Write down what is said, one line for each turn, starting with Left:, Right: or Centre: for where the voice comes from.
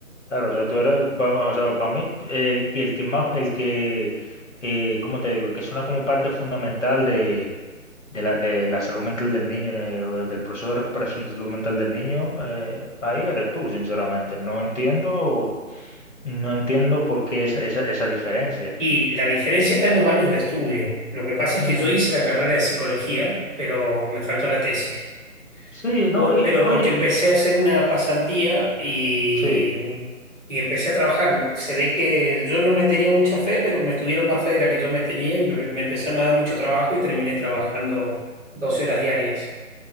Left: Claro, o sea, tú eres, pa- o sea, para mí, el, el que más, el que, eh, ¿cómo te digo? El que suena como parte fundamental de, de la, de la salud mental del niño, eh, o del proceso de recuperación de salud mental del niño, eh, ahí eres tú, sinceramente. No entiendo, no entiendo por qué esa, esa, esa diferencia.
Centre: Y la diferencia está en los años de estudio. Lo que pasa es
Left: Mm,
Centre: que yo hice la carrera de psicología, pero me faltó la tesis.
Left: sí, no,
Centre: Por-
Left: y
Centre: pero
Left: oye,
Centre: porque empecé a hacer una pasantía y,
Left: sí.
Centre: y empecé a trabajar. Se ve que yo no me tenía mucha fe, pero me tuvieron más fe de la que yo me tenía y me, me empezaron a dar mucho trabajo y terminé trabajando 12 horas diarias